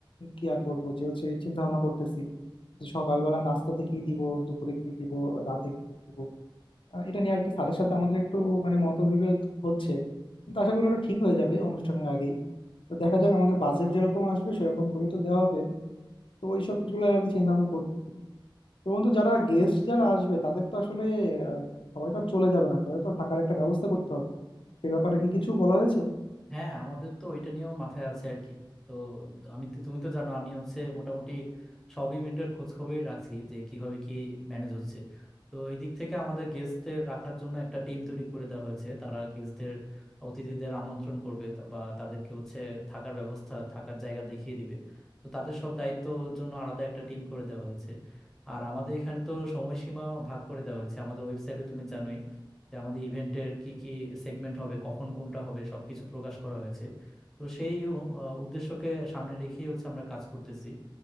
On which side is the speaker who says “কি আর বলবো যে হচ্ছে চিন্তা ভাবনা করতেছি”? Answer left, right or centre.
Left